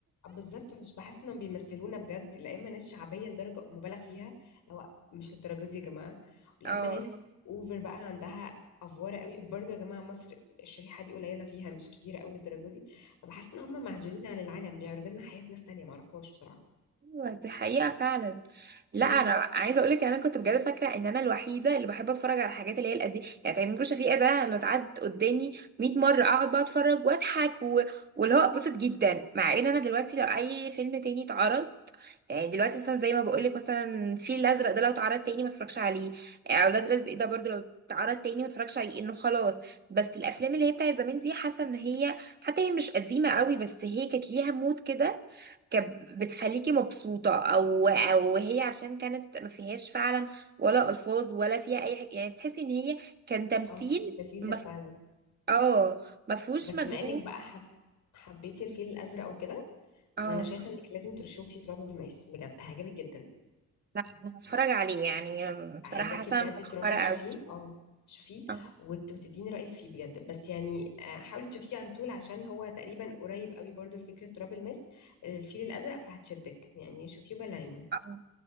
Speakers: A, on the left; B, on the right.
A: بالظبط مش بحس انهم بيمثلونا بجد لا اما ناس شعبيه لدرجه مبالغ فيها لو مش للدرجه دي يا جماعه لا
B: اه
A: اما ناس اوفر بقى عندها افواره قوي برضه يا جماعه مصر الشريحه دي قليله فيها مش كبيره قوي للدرجه دي فبحس ان هم معزولين عن العالم بيعرضوا لنا حياه ناس تانية معرفهاش بصراحه
B: ايوه دي حقيقة فعلا لا
A: امم
B: انا عايزة اقولك ان انا كنت بجد فاكرة ان انا الوحيدة اللي بحب اتفرج على الحاجات اللي هي القديمة يعني تامر شفيقة ده لو اتعد قدامي 100 مرة اقعد بقى اتفرج واضحك و... واللي هو اتبسط جدا مع ان انا دلوقتي لو اي فيلم تاني اتعرض يعني دلوقتي مثلا زي ما بقولك مثلا الفيل الازرق ده لو اتعرض تاني ما اتفرجش عليه اولاد رزق ده برضو لو اتعرض تاني ما اتفرجش عليه انه خلاص بس الافلام اللي هي بتاعت زمان دي حاسة ان هي حتى هي مش قديمة قوي بس هي كانت ليها مود كده كانت بتخليكي مبسوطة او او هي عشان كانت ما فيهاش فعلا ولا الفاظ ولا فيها اي حاجة يعني تحسي ان هي كان تمثيل
A: اه كانت لذيذه
B: <laughs> مف...
A: فعلا
B: اه ما فيهوش
A: بس
B: مجهود
A: بما انك بقى حب حبيتي الفيل الازرق وكده
B: اه
A: فانا شايفه انك لازم تشوفي تراب الماس بجد هيعجبك جدا
B: لا انا هتفرج عليه يعني بصراحة
A: عايزاكي
B: حاسة
A: بجد
B: أنا متأخرة
A: تروحي تشوفيه
B: اوي
A: اه تشوفيه
B: آه،
A: وت- وتديني رايك فيه بجد بس يعني آه، حاولي تشوفيه على طول عشان هو تقريبا قريب قوي برضو لفكره تراب الماس الفيل الازرق فهتشدك يعني شوفيه وبلغيني
B: آه.